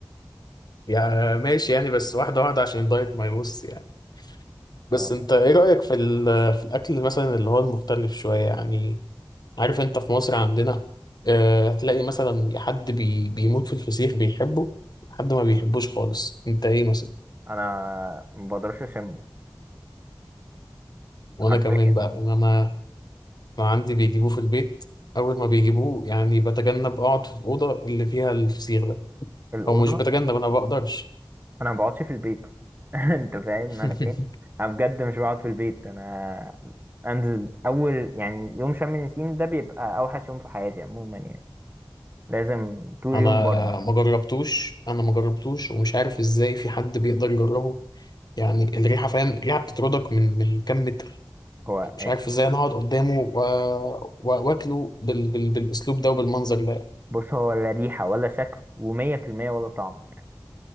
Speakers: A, on the left; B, on the right.
A: يا ماشي يعني بس واحدة واحدة عشان الدايت ما يبص يعني
B: اه
A: بس انت ايه رأيك في ال- في الاكل مثلا اللي هو المختلف شوية يعني عارف انت في مصر عندنا آه، هتلاقي مثلا حد بي بيموت في الفسيخ بيحبه حد ما بيحبوش
B: آه.
A: خالص انت ايه مثلا
B: انا ما بقدرش اشم
A: وانا
B: حرفيا
A: كمان بقى يعني انا انا عندي بيجيبوه في البيت اول ما بيجيبوه يعني بتجنب اقعد في الاوضه اللي فيها الفسيخ ده
B: الاوضه
A: او مش بتجنب انا ما بقدرش
B: انا ما بقعدش في البيت <laughs> انت فاهم
A: <laughs>
B: انا فين انا بجد مش بقعد في البيت انا انزل اول يعني يوم شم النسيم ده بيبقى اوحش يوم في حياتي عموما يعني لازم طول
A: انا
B: يوم بره
A: ما جربتوش انا ما جربتوش ومش عارف ازاي في حد بيقدر يجربه يعني الريحه فاهم الريحه بتطردك من من كام متر
B: هو
A: مش عارف ازاي انا هقعد قدامه و- و- واكله بال... بال... بالاسلوب ده وبالمنظر ده يعني.
B: بص هو لا ريحة ولا شكل ومية في المية ولا طعم يعني